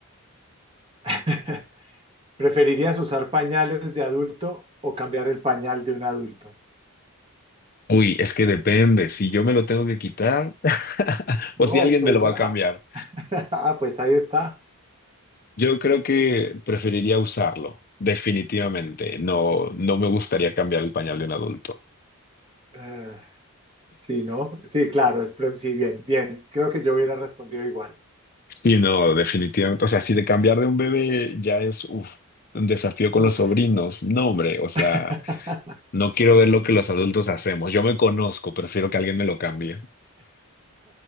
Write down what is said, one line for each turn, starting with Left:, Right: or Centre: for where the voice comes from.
Right: <laughs> ¿preferirías usar pañales de adulto o cambiar el pañal de un adulto?
Left: Uy, es que depende, si yo me lo tengo que quitar <laughs>
Right: No,
Left: o si alguien
Right: pues,
Left: me lo va a cambiar.
Right: <laughs> ah, pues ahí está.
Left: Yo creo que preferiría usarlo, definitivamente. No, no me gustaría cambiar el pañal de un adulto.
Right: Eh, Sí, ¿no? Sí, claro, es pre- sí, bien, bien. Creo que yo hubiera respondido igual.
Left: Sí, no, definitivamente. O sea, si de cambiar de un bebé ya es uf, un desafío con
Right: Uf.
Left: los sobrinos, no, hombre. O sea,
Right: <laughs>
Left: no quiero ver lo que los adultos hacemos. Yo me conozco, prefiero que alguien me lo cambie.